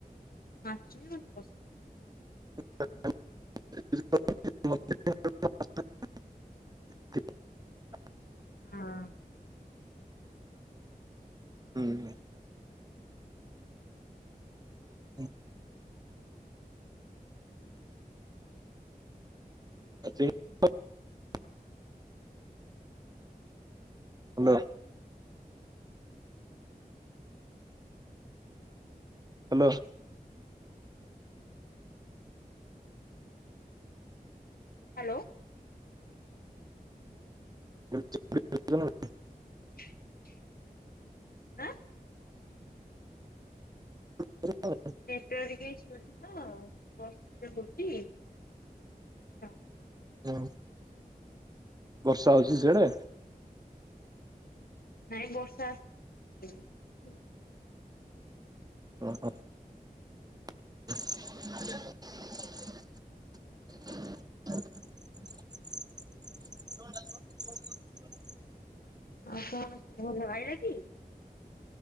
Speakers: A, on the left; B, on the right.
A: ମାଛ ପସନ୍ଦ।
B: <inaudible>
A: ହଁ।
B: ହୁଁ। ହୁଁ।
A: ହୁଁ।
B: <inaudible> ହେଲୋ। ହ୍ୟାଲୋ।
A: ହ୍ୟାଲୋ।
B: <inaudible>
A: <unintelligible> ଆଁ
B: <unintelligible>
A: ନେଟ ଟିକେ ଶୁୁଛି ତ ବର୍ଷ ପଜ ହ ଛି ସେଥିପାଇଁ
B: ହୁଁ ବର୍ଷା ହଉଛି ସେଆଡେ
A: ନାଇଁ ବର୍ଷା ଆସିଥିଲା। ଏଇନା ଆସିଥିଲା
B: ଓହୋ <unintelligible> <inaudible> <unintelligible>
A: ଆଉ କଣ ଭଲ ଭାଇିଲ କି।